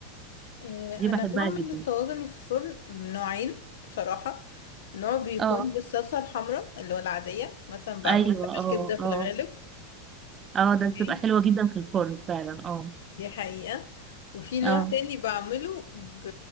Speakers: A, on the left; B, on the right.
A: آه،
B: دي بحبها
A: انا بعمل
B: جدا
A: الطواجن في الفرن نوعين بصراحة نوع بيكون
B: اه
A: بالصلصة الحمراء اللي هو العادية مثلا بعملها
B: ايوه
A: بالكبدة
B: اه
A: في
B: اه
A: الغالب
B: اه ده
A: أوكي؟
B: بتبقى حلوة جدا في الفرن فعلا اه
A: دي حقيقة وفي نوع
B: اه
A: تاني بعمله ب...